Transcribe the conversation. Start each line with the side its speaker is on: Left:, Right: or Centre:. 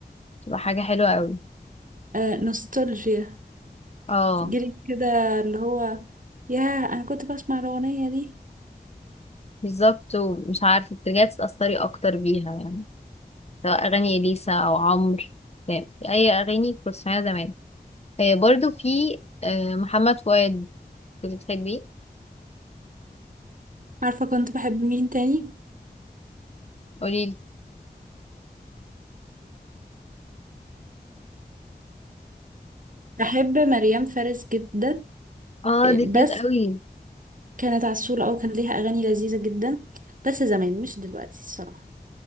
Left: تبقى حاجة حلوة قوي
Right: آه نوستالجيا
Left: اه
Right: جيلي كده اللي هو ياه انا كنت بسمع الاغنيه دي
Left: بالظبط ومش عارفة بترجعي تتأثري اكتر بيها يعني سواء أغاني إليسا أو عمرو فاهم؟ أي أغاني كنت بسمعها زمان آه، برضو في آه، محمد فؤاد كنت بتحبيه
Right: عارفه كنت بحب مين تاني
Left: قوليلي
Right: بحب مريم فارس جدا
Left: اه
Right: إيه،
Left: دي كيوت
Right: بس
Left: قوي
Right: كانت عسولة او كان ليها اغاني لذيذه جدا بس زمان مش دلوقتي الصراحه